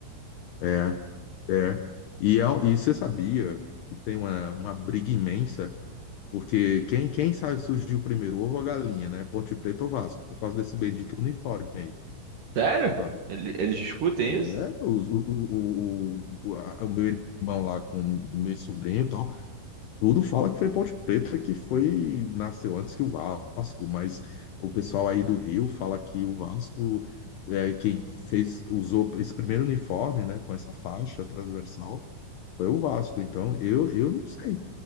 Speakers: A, on the left (about 75°); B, on the right (about 60°).
A: É, é. E, é- um, e você sabia que tem uma, uma briga imensa, porque quem, quem sabe surgiu primeiro, ovo ou a galinha, né? Ponte Preta ou Vasco, por causa desse bendito uniforme aí,
B: Sério?
A: sabe?
B: Ele- Eles discutem
A: É,
B: isso?
A: os- o, o, o, o, a- o meu irmão lá com o meu sobrinho, tudo fala que foi Ponte Preta que foi nasceu antes que o Vasco, mas o pessoal aí do Rio fala que o Vasco é quem fez usou esse primeiro uniforme, né, com essa faixa transversal, foi o Vasco. Então, eu eu não sei.